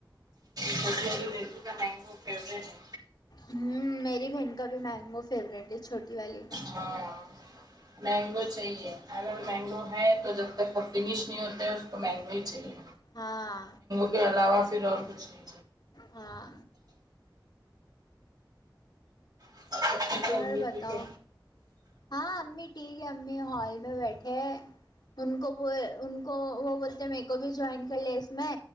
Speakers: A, on the right (about 55°); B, on the left (about 60°).
A: چھوٹی والی لڑکی کا مینگو فیوریٹ ہے
B: ہوں میری بہن کا بھی مینگو فیوریٹ ہے چھوٹی والی کا
A: ہاں مینگو چاہیے اگر مینگو ہے تو جب تک فنش نہیں ہوتے ہیں اس کو مینگو ہی چاہیے
B: ہاں
A: کے علاوہ پھر اور کچھ نہیں
B: ہاں
A: <unintelligible>
B: اور بتاؤ
A: ٹھیک ہے
B: ہاں امی ٹھیک ہے امی ہال میں بیٹھے ہے ان کو وہ ان کو وہ بولتے میرے کو بھی جوائن کر لے اس میں